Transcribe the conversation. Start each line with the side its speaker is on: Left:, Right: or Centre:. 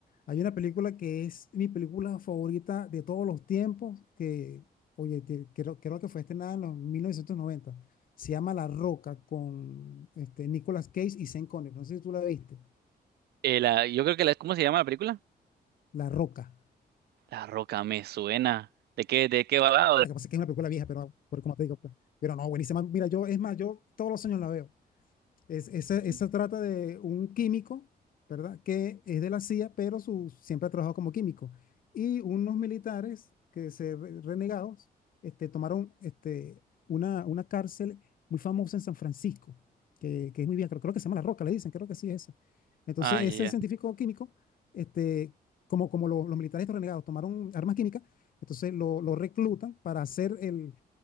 Left: Hay una película que es mi película favorita de todos los tiempos, que, oye, que- creo, creo que fue estrenada en los 1990. Se llama La Roca con este, Nicolas Cage y Sean Connery. No sé si tú la viste.
Right: Eh, la, yo creo que la, ¿cómo se llama la película?
Left: La Roca.
Right: La Roca me suena. ¿De qué, de qué va? Ah, o de-
Left: Lo que pasa es que es una película vieja, pero por- como te digo, pues, pero no, buenísima. Mira, yo, es más, yo todos los años la veo. Es, esa, esa
Right: mm,
Left: trata de un químico, ¿verdad? Que es de la CIA, pero su, siempre ha trabajado como químico. Y unos militares que se re- renegados este, tomaron este, una, una cárcel muy famosa en San Francisco, que, que es muy vieja, creo, creo que se llama La Roca, le dicen, creo que sí es esa. Entonces,
Right: Ah,
Left: ese
Right: ya, ya.
Left: científico químico, este, como, como lo- los militares estos renegados tomaron armas químicas, entonces lo, lo reclutan para hacer el,